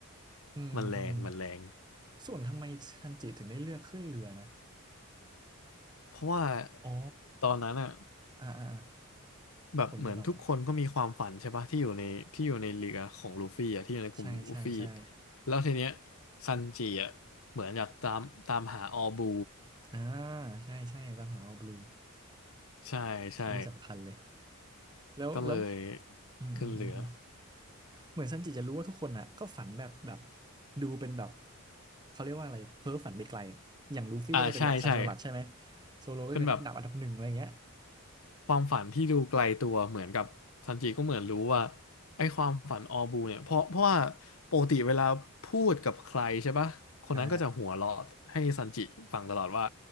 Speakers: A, on the right; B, on the left.
A: อืมอืม
B: มันแรงมันแรง
A: ส่วนทำไมทันจิถึงได้เลือกขึ้นเรือนะ
B: เพราะว่า
A: อ๋อ
B: ตอนนั้นอะ
A: อ่าอ่าอ่า
B: แบบเหมือนทุกคนก็มีความฝันใช่ปะที่อยู่ในที่อยู่ในเรือของลูฟี่อะที่อยู่ในกลุ่มลูฟี่
A: ผมนึกออกแลวใช่ใช่ใช่
B: แล้วทีเนี้ยซันจิอะเหมือนอยากตามตามหาออบู
A: อ่าใช่ใช่ตามหาเอาบลู
B: ใช่ใช่
A: อันนี้สำคัญเลยแล้วแล้ว
B: ก็เลย
A: อืมอืมอืม
B: ขึ้นเรือ
A: เหมือนซันจิจะรู้ว่าทุกคนอ่ะก็ฝันแบบแบบดูเป็นแบบเขาเรียกว่าอะไรเพ้อฝันไปไกลอะอย่างลูฟี่ก็จะเป็นราชาโจรสลัดใช่ไหม
B: อ่าใช่ใช่
A: โซโลก็จะเป็นนักดาบอันดับหนึ่งอะไรเงี้ย
B: เป็นแบบ ความฝันที่ดูไกลตัวเหมือนกับซันจิก็เหมือนรู้ว่าไอ้ความฝันออบูเนี่ยเพราะเพราะว่าปกติเวลาพูดกับใครใช่ปะคนนั้นก็จะหัวเราะให้ซันจิฟังตลอดว่า
A: อ่า